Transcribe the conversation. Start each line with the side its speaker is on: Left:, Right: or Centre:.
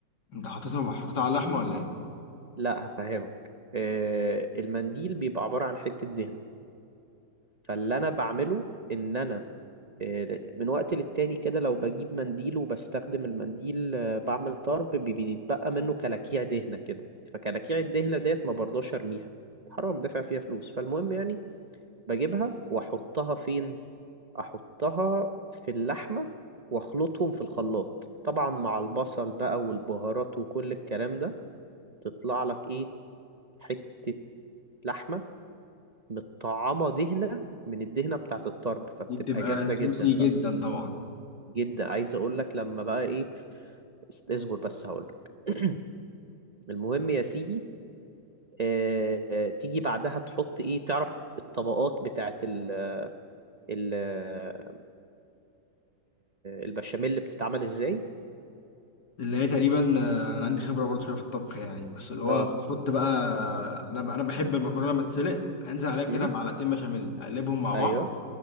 Left: انت حطيتها حطيتها على اللحمه ولا ايه
Right: لا هفهمك آه، المنديل بيبقى عباره عن حته دهنه فاللي انا بعمله ان انا آه، من وقت للتاني كده لو بجيب منديل وبستخدم المنديل آه، بعمل طرب بي- بيتبقى منه كلاكيع دهنة كده فكلاكيع الدهنة ديت ما برضاش ارميها حرام دافع فيها فلوس فالمهم يعني بجيبها واحطها فين احطها في اللحمة واخلطهم في الخلاط طبعا مع البصل بقى والبهارات وكل الكلام ده تطلع لك ايه حتة لحمة متطعمة دهنة من الدهنة بتاعت الطرب فبتبقى
Left: دي بتبقى
Right: جامدة
Left: جوسي
Right: جدا
Left: جدا
Right: بقى
Left: طبعا
Right: جدا عايز اقول لك لما بقى ايه است- اصبر بس هقولك <clears throat> المهم يا سيدي آه، آه، تيجي بعدها تحط ايه تعرف الطبقات بتاعت ال ال آه، البشاميل اللي بتتعمل ازاي
Left: اللي هي تقريبا آه، انا عندي خبره برضه شويه في الطبخ يعني بس اللي هو
Right: اه
Left: بتحط بقى آه، انا انا بحب المكرونه لما تتسلق انزل عليها كده
Right: امم
Left: معلقتين بشاميل اقلبهم مع
Right: ايوه
Left: بعض